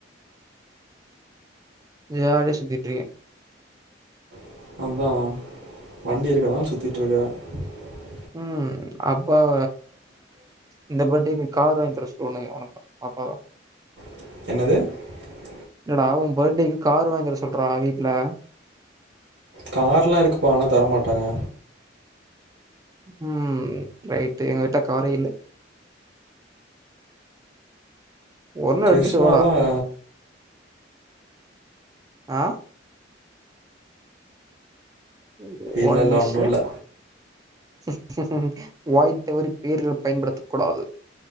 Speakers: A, on the right; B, on the right.
A: ஜாலியா சுத்திட்டு இருக்கேன்
B: <inaudible>
A: உம் அப்பாவ இந்த பர்த்டேக்கு கார் வாங்கி தர சொல்லணும் உனக்கு அப்பாவை
B: <unintelligible>
A: என்னடா உன் பர்த்டேக்கு கார் வாங்கி தர சொல்றா வீட்டுல
B: கார் எல்லாம் இருக்குப்பா ஆனா தரமாட்டாங்க
A: உம் ரைட்டு் எங்க வீட்ல காரே இல்ல ஒரு நாள்
B: கிருஷ்ணா
A: எடுத்துட்டு
B: தான்
A: ஆஹ <unintelligible> <unintelligible> <unintelligible>
B: இல்லை இல்லை ஒன்றும் இல்லை
A: பேர்கள் பயன்படுத்த கூடாது